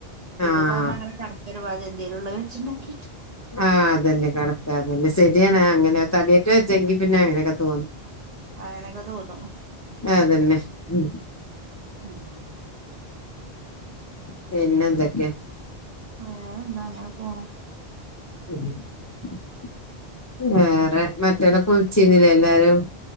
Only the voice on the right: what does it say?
ഇതിപ്പ അങ്ങനെ കിടക്കരു തെന്തേലും ഉള്ളത് വെച്ചിണ്ടാക്കി
അങ്ങനൊക്കെ തോന്നും
ആഹ
വേറെ എന്താ ഇങ്ങനെ പോണു